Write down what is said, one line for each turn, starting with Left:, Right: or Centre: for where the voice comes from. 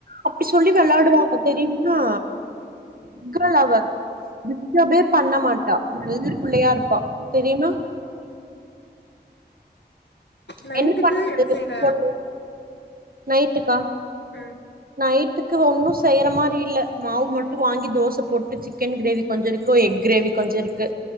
Right: அப்டி சொல்லி வெளாடுவா அவ தெரியுமா குட்கேல் அவ டிஸ்டபே பண்ண மாட்ட ஒழுங்கு புள்ளையா இருப்பா தெரியுமா
Left: நைட்டுக்கு
Right: என்ன பண்ணுது
Left: என்ன செய்ற
Right: பொண்ணு நைட்டுக்கா
Left: ம்
Right: நைட் டுக்கு ஒன்னு செய்ற மாரி இல்ல மாவு மட்டு வாங்கி தோச போட்டு சிக்கன் கிரேவி கொஞ்ச இருக்கு எக் கிரேவி கொஞ்ச இருக்கு